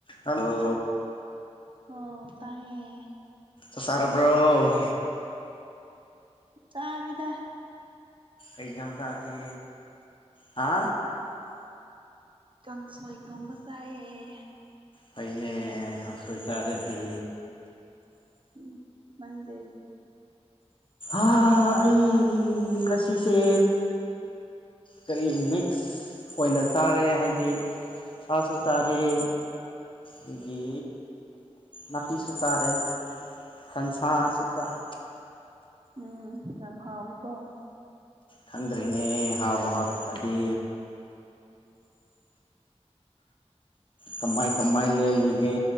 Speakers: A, on the left (about 50°); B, on the right (about 45°).
A: hello
B: ꯑꯣ ꯇꯥꯏꯌꯦ
A: ꯁꯔꯕ꯭ꯔꯣ
B: ꯆꯃꯤꯗ
A: ꯑꯦꯖꯝꯁꯒꯤ ꯍꯥ
B: ꯀꯥꯡꯁꯣꯏ ꯊꯣꯡꯕ ꯆꯥꯏꯑ
A: ꯐꯩꯅꯦ ꯀꯪꯁꯣꯏꯇꯥꯔꯗꯤ
B: ꯎꯝ ꯃꯦ
A: ꯑꯩ ꯉꯁꯤꯁꯦ ꯀꯔꯤ ꯃꯤꯛꯁ ꯑꯣꯏꯅ ꯆꯥꯔꯦ ꯍꯥꯏꯗꯤ ꯁꯥꯁꯨ ꯆꯥꯔꯛꯑꯦ ꯑꯩꯒꯤ ꯍꯄꯤ ꯁꯨꯁꯥꯦ ꯈꯟꯁꯥ ꯁꯨꯁꯔꯦ
B: ꯎꯝ ꯌꯥꯝ ꯍꯥꯎꯋꯦꯀꯣ
A: ꯊꯪꯗ꯭ꯔꯦꯅꯦ ꯍꯥꯎꯕ ꯍꯥꯎꯇꯕꯗꯤ ꯀꯃꯥꯏ ꯀꯃꯥꯏ ꯂꯜꯂꯤꯒꯦ